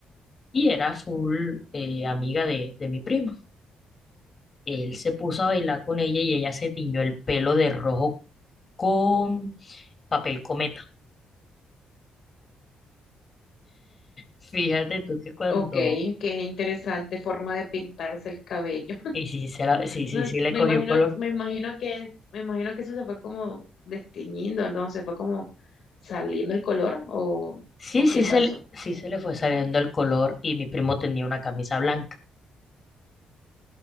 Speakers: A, on the left; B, on the left.
A: Y era full eh, amiga de, de mi prima. Él se puso a bailar con ella y ella se tiñó el pelo de rojo con papel cometa. Fíjate tú que cuando...
B: Ok, qué interesante forma de pintarse el cabello.
A: Y sí, se la- sí, sí,
B: No,
A: sí le
B: me
A: cogió
B: imagino,
A: color.
B: me imagino que, me imagino que eso se fue como desteñiendo, entonces fue como saliendo el color, o,
A: Sí,
B: o
A: sí
B: qué pasó,
A: se, le- sí se le fue saliendo el color y mi primo tenía una camisa blanca.